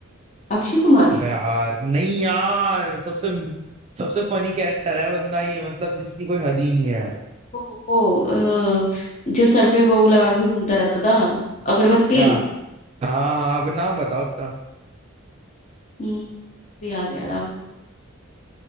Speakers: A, on the left; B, on the right.
A: अक्षय कुमार
B: यार नहीं यार सबसे सबसे फनी कैरेक्टर है बंदा ये मतलब जिसकी कोई हद ही नहीं है
A: वो वो अ, जो सर पे वो लगा के घूमता रहता था अगरबत्ती
B: क्या हाँ हाँ अब नाम बताओ उसका
A: हम्म, तो याद नहीं आ रहा